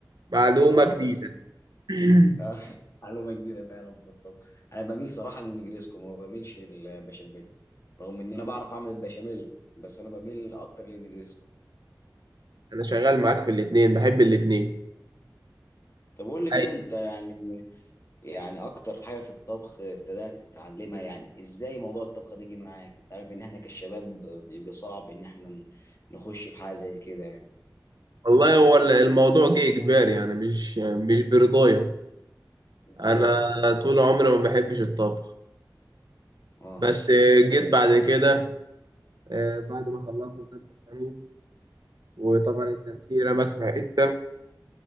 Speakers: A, on the right (about 65°); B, on the left (about 40°).
A: معلومة
B: اه
A: جديدة
B: بس
A: <clears throat>
B: <laughs> آه، معلومة جديدة فعلا في الطبخ أنا بميل صراحة للنجريسكو ما بميلش للبشاميل رغم إن أنا بعرف أعمل البشاميل بس أنا بميل أكتر للنجريسكو
A: انا شغال معاك في الاتنين بحب الاتنين
B: طب قول لي كده
A: اي
B: أنت يعني يعني أكتر حاجة في الطبخ ابتدأت تتعلمها يعني إزاي موضوع الطبخ ده جه معاك؟ أنت عارف إن إحنا كشباب بيبقى صعب إن إحنا نخش في حاجة زي كده يعني
A: والله هو ال- الموضوع جه اجباري يعني مش مش برضايا
B: إزاي؟
A: انا طول عمري ما بحبش الطبخ
B: آه
A: بس جيت بعد كده آه، بعد ما خلصت تالتة ثانوي وطبعا التنسيق رماك في حتة